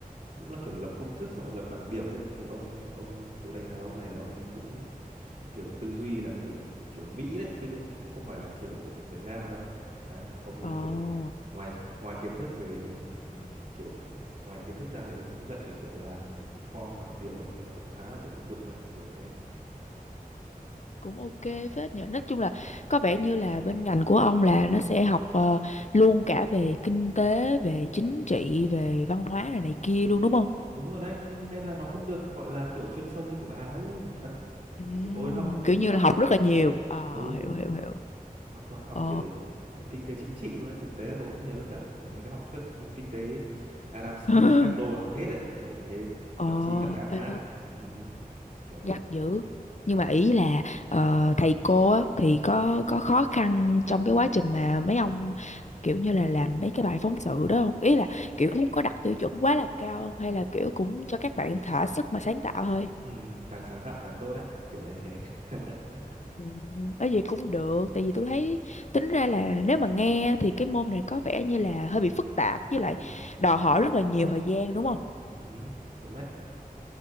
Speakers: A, on the right; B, on the left.
A: cũng là kiểu lập công thức xong rồi lập bảng biểu ấy thì ông ông tôi đánh giá ông này là ông ấy cũng kiểu tư duy là kiểu kiểu Mỹ đấy chứ không không không phải là kiểu Việt Nam đâu đấy hầu như
B: Ồ.
A: là kiểu ngoài ngoài kiến thức về ừm, kiểu ngoài kiến thức ra thì ông ấy cũng dạy kiểu làm form bảng biểu ấy thì nó cũng khá là kiểu thực dụng đấy kiểu thế
B: cũng ok phết nhờ nói chung là có vẻ như là bên ngành của ông là nó sẽ học ờ, luôn cả về kinh tế về chính trị về văn hóa này này kia luôn đúng không
A: đúng rồi đấy nhưng nên là nó không được gọi là kiểu chuyên sâu như của bà đâu thật
B: Ừm,
A: của tôi nó học chung chung
B: kiểu như
A: lắm
B: là học rất là nhiều Ờ
A: ừ
B: hiểu hiểu hiểu
A: mà toàn học
B: ờ
A: kiểu kinh tế chính trị luôn ấy. thực tế là tôi cũng nhớ cả mấy cái học thuyết kinh tế Adam Smith
B: <gasps>
A: Ricardo học hết ấy kiểu như thế
B: ờ
A: thậm chí cả các
B: ờ
A: Marx ừ. ừ. kiểu vậy
B: gắt dữ
A: ừ.
B: nhưng mà ý là ờ, thầy cô á, thì có có khó khăn trong cái quá trình mà mấy ông kiểu như là làm mấy cái bài phóng sự đó không ý là kiểu không có đặt tiêu chuẩn quá là cao không hay là kiểu cũng cho các bạn thỏa sức mà sáng tạo thôi
A: Ừ. càng sáng tạo càng tốt đấy kiểu như thế <laughs>
B: ừ, bởi vì cũng được tại vì tôi thấy tính ra là nếu mà nghe thì cái môn này có vẻ như là hơi bị phức tạp với lại
A: ừ.
B: đòi hỏi rất là nhiều thời gian đúng không
A: Ừ. đúng đấy